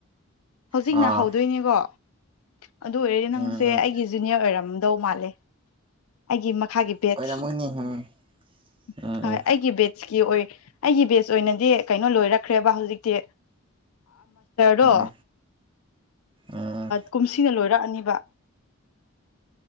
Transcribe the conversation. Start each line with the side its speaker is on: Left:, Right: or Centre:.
Left: ꯍꯧꯖꯤꯛꯅ
Right: ꯑꯥ
Left: ꯍꯧꯗꯣꯏꯅꯦꯀꯣ ꯑꯗꯨ ꯑꯣꯏꯔꯗꯤ ꯅꯪꯁꯦ
Right: ꯎꯝ ꯎꯝ
Left: ꯑꯩꯒꯤ ꯖꯨꯅꯤꯌꯔ ꯑꯣꯏꯔꯝꯗꯧ ꯃꯥꯜꯂꯦ ꯑꯩꯒꯤ ꯈꯥꯒꯤ ꯕꯦꯠꯁ
Right: ꯑꯣꯏꯔꯝꯒꯅꯤ ꯎꯝ ꯎꯝ
Left: ꯍꯣꯏ
Right: ꯎꯝ
Left: ꯑꯩꯒꯤ ꯕꯦꯠ ꯑꯣꯏ ꯑꯩꯒꯤ ꯕꯦꯁ ꯑꯣꯏꯅꯗꯤ ꯀꯩꯅꯣ ꯂꯣꯏꯔꯛꯈ꯭ꯔꯦꯕ ꯍꯧꯖꯤꯛꯇꯤ ꯗꯣ
Right: ꯎꯝ ꯎꯝ
Left: ꯀꯨꯝꯁꯤꯅ ꯂꯣꯏꯔꯛꯑꯅꯤꯕ